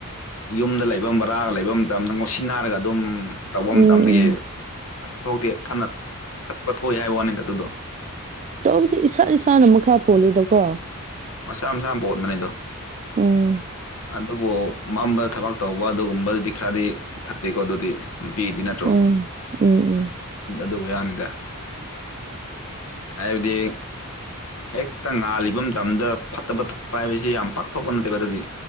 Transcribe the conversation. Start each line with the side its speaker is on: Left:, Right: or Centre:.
Left: ꯌꯨꯝꯗ ꯂꯩꯕ ꯕꯔꯥꯒ ꯂꯩꯕ ꯃꯇꯝꯗ ꯉꯧꯁꯤꯟꯅꯅꯥꯔꯒ ꯑꯗꯨꯝ ꯇꯧꯕ
Right: ꯎꯝ ꯎꯝ
Left: ꯃꯇꯝꯗꯒꯤ ꯐꯅ ꯊꯣꯛꯇꯦ ꯐꯅ ꯐꯠꯇꯕ ꯊꯣꯛꯑꯦ ꯍꯥꯏꯕ ꯋꯥꯅꯤꯗ ꯑꯗꯨꯗꯣ
Right: ꯑꯗꯨꯗꯤ ꯏꯁꯥ ꯏꯁꯥꯅ ꯃꯈꯥ ꯄꯣꯜꯂꯤꯗꯀꯣ
Left: ꯃꯁꯥ ꯃꯁꯥꯅ ꯄꯣꯟꯕꯅ‌ꯦ ꯑꯗꯣ
Right: ꯎꯝ
Left: ꯑꯗꯨꯕꯨ ꯃꯝꯕꯗ ꯊꯕꯛ ꯇꯧꯕ ꯑꯗꯨꯒꯨꯝꯕꯗꯨꯗꯤ ꯈꯔꯗꯤ ꯐꯠꯇꯦꯀꯣ ꯑꯗꯨꯗꯤ ꯅꯨꯄꯤꯗꯤ ꯅꯠꯇ꯭ꯔꯣ
Right: ꯎꯝ ꯎꯝ ꯎꯝ
Left: ꯑꯗꯨꯒ ꯌꯥꯅꯤꯗ ꯍꯥꯏꯕꯗꯤ ꯍꯦꯛꯇ ꯉꯥꯜꯂꯤꯕ ꯃꯇꯝꯗ ꯐꯠꯇꯕ ꯇꯧꯕ ꯍꯥꯏꯕꯁꯤ ꯌꯥꯝ ꯄꯥꯛꯊꯣꯛꯄ ꯅꯠꯇꯦꯕ ꯑꯗꯨꯗꯤ